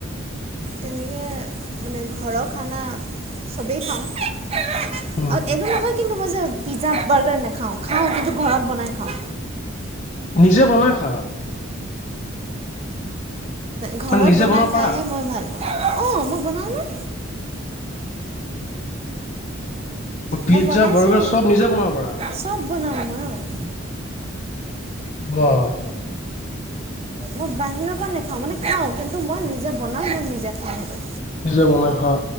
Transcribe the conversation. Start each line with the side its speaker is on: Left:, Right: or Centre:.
Right: তেনেকে মানে ঘৰৰ খানা চবেই খাওঁ। আৰু
Left: উম
Right: এটো নহয় যে কিন্তু মই যে পিজ্জা বাৰ্গাৰ নাখাওঁ খাওঁ কিন্তু ঘৰত বনাই খাওঁ।
Left: নিজে বনাই খা?
Right: ঘৰত
Left: মানে নিজে
Right: বনাই
Left: বনাব
Right: খাইহে
Left: পাৰা
Right: মই ভাল অ', মই বনাওঁ ন'।
Left: পিজ্জা
Right: মই বনাইছোঁ,
Left: বাৰ্গাৰ চব নিজে বনাব পাৰা
Right: চব বনাওঁ মই অ'
Left: বা
Right: মই বাহিৰৰ পৰা নেখাওঁ, মানে খাওঁ কিন্তু মই নিজে বনাওঁ, মই নিজে খাওঁ সেইটো।
Left: নিজে বনাই খোৱা?